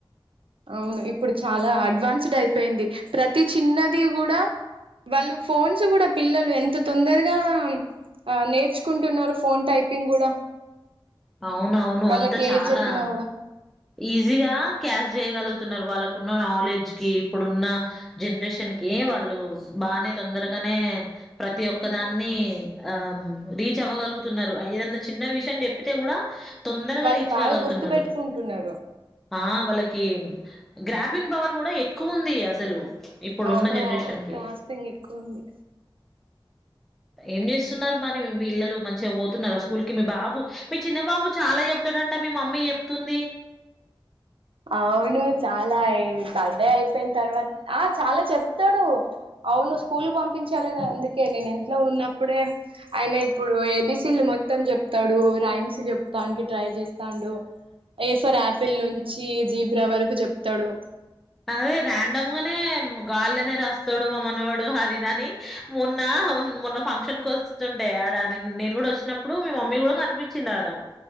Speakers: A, on the right; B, in the centre.
A: అవును ఇప్పుడు చాలా అడ్వాన్స్డ్ అయిపెయింది, ప్రతి చిన్నది కూడా వాళ్ళు ఫోన్స్ కూడా పిల్లలు ఎంత తొందరగా ఆ నేర్చుకుంటున్నారు, ఫోన్ టైపింగ్ కూడా
B: అవునవును
A: వాళ్ళకి
B: అంత చాలా
A: ఏది చెప్పినా కూడా
B: ఈజీగా క్యాష్ చేయగలుగుతున్నారు. వాళ్ళకున్న నాలెడ్జ్ కి ఇప్పుడున్న జనరేషన్ కె వాళ్ళు బానే తొందరగానే, ప్రతి ఒక్క దాన్ని ఆ రీచ్ అవ్వగలుగుతున్నరు, ఏదన్నా చిన్న విషయం చెప్పితే కూడా తొందరగా
A: వాళ్ళు
B: రీచ్
A: బాగా
B: కాగలుగుతున్నారు
A: గుర్తు పెట్టుకుంటున్నర్.
B: ఆ వాలిక్ కి గ్రాపింగ్ పవర్ కూడా ఎక్కువుంది. అసలు ఇప్పుడు
A: అవును
B: ఉన్న జనరేషన్ కి
A: గ్రాస్పింగ్ ఎక్కువ ఉంది
B: ఏం చేస్సున్నారు మరి వీల్లలు మంచిగా పోతున్నారా, స్కూల్ కి మీ బాబు మీ చిన్న బాబు చాలా చెప్తాడంట మీ మమ్మీ చెప్తుంది.
A: అవును చాలా ఐ బర్డే అయిపెన్ తర్వాత్, ఆ చాలా చెప్తాడు అవును స్కూల్ పంపించాలదే, అందుకే నేను ఇంట్లో ఉన్నప్పుడే, ఆయన ఇప్పుడు ఏబిసీలు మొత్తం చెప్తాడు, రైమ్స్ చెప్తానికి ట్రై చేస్తాండు. ఏఫర్ యాపిల్ ను జీబ్రా వరకు చెప్తాడు.
B: అదే రాండమ్ గానే గాల్లెనే రాస్తాడు, మా మనవాడు అది ఇ దని మొన్నా ఉన్ మొన్న ఫంక్షన్ కో వస్తుంటే ఆడ నిన్ నేను కూడా వచ్చినప్పుడు, మీ మమ్మీ కూడా కనిపించింది ఆడ